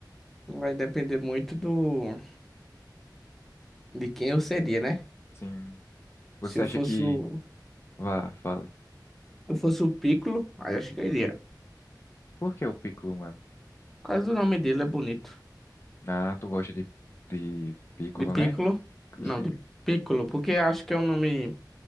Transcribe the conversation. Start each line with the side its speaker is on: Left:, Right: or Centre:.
Centre: Vai depender muito do de quem eu seria, né?
Left: sim. Você
Centre: Se eu
Left: acha
Centre: fosse
Left: que...
Centre: o,
Left: Vá, fale.
Centre: eu fosse o Piccolo, aí acho que eu iria.
Left: Por que o Piccolo, mano?
Centre: Por causa do nome dele é bonito.
Left: Ah, tu gosta de, de Piccolo,
Centre: De Piccolo?
Left: né?
Centre: Não,
Left: Sim.
Centre: de Piccolo, porque acho que é um nome